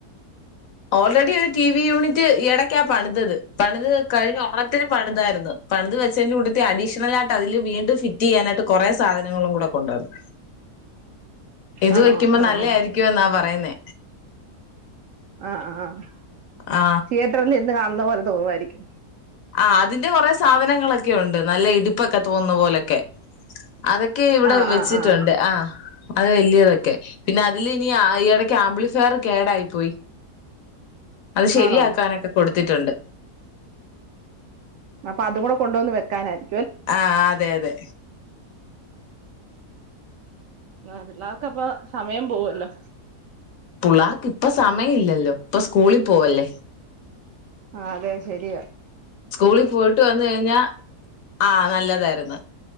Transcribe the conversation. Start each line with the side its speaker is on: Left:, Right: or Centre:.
Left: ഓൾറെഡി ഒരു ടി വി യൂണിറ്റ് ഇടക്കാണ് പണിതത് പണിത് കഴിഞ്ഞ ഓണത്തിന് പണിതായിരുന്നു പണിത് വെച്ചതിന്റെ കൂട്ടത്തി അഡീഷണൽ ആയിട്ട് അതില് വീണ്ടും ഫിറ്റ് ചെയ്യാനായിട്ട് കുറെ സാധനങ്ങളും കൂടെ കൊണ്ടുവന്നു ഇത്
Right: ആണോ
Left: വയ്ക്കുമ്പോ
Right: ആഹ്
Left: നല്ല
Right: ആഹ്
Left: ആയിരിക്കുവന്നാ പറയുന്നേ
Right: ആഹ് ആഹ്
Left: ആ
Right: തീയറ്ററിൽ ഇരുന്ന് കാണും ന്ന പോലെ തോന്നുമായിരിക്കും
Left: ആ അതിന്റെ കുറെ സാധനങ്ങളൊക്കെ ഉണ്ട് നല്ല ഇടുപ്പൊക്കെ തോന്നുന്ന പോലൊക്കെ അതൊക്കെ ഇവിടെ
Right: ആഹ്
Left: വെച്ചിട്ടുണ്ട്
Right: ആഹ് ആഹ്
Left: ആ അത് വലിയതൊക്കെ പിന്നെ അതില ഇനി ഈ ഇടക്ക് ആംബ്ളിഫയർ കേടായി പോയി അത് ശരിയാക്കാനൊക്കെ
Right: ആണോ
Left: കൊടു ത്തിട്ടുണ്ട്
Right: അപ്പൊ അതും കൂടെ കൊണ്ടുവന്ന് വെക്കാനാര്
Left: ആഹ് അതെ അതെ
Right: ആഹ് പിള്ളാർക്ക് അപ്പ സമയം പോവല്ലോ
Left: പുള്ളാർക്ക് പ്പൊ സമയം ഇല്ലല്ലോ പ്പൊ സ്കൂളിൽ പോവല്ലേ.
Right: ആ അതെ ശെരിയാ.
Left: സ്കൂളിൽ പോയിട്ട് വന്ന് കഴിഞ്ഞാ ആഹ് നല്ലതായിരു ന്ന്